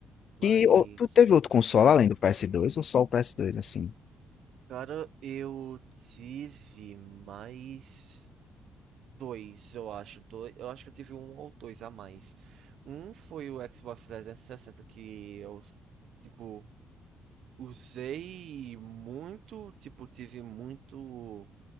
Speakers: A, on the right; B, on the left.
A: Mas,
B: E ô, tu teve outro console
A: é.
B: além do PS2 ou só o PS2 assim?
A: Cara, eu tive mais. Dois, eu acho. Dois, eu acho que eu tive um ou dois a mais. Um foi o Xbox 360 que eu, tipo, usei muito, tipo, tive muito